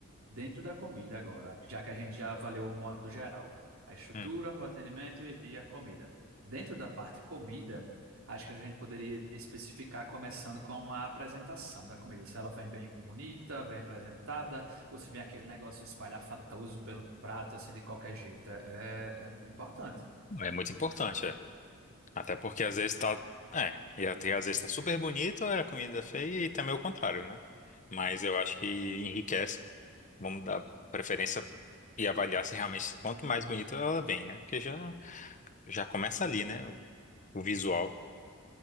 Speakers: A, on the right; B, on the left.
A: Dentro da comida agora, já que a gente já avaliou o modo geral, a estrutura,
B: Hum.
A: o atendimento e, e a comida. Dentro da parte comida, acho que a gente poderia especificar começando com a apresentação da comida, se ela vem bem bonita, bem apresentada, ou se vem aquele negócio espalhafatoso pelo prato, assim, de qualquer jeito. É, é- é importante.
B: É muito importante, é. Até porque às vezes tá. É, e até às vezes tá super bonito, é a comida é feia e também o contrário, né? Mas eu acho que enriquece. Vamos dar preferência e avaliar se realmente quanto mais bonita ela vem, né? Porque já, já começa ali, né? O, o visual.